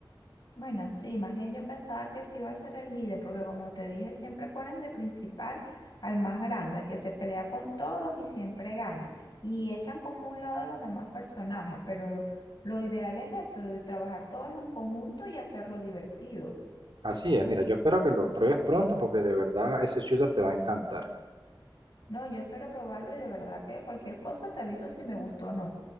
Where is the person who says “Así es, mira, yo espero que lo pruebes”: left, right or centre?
Right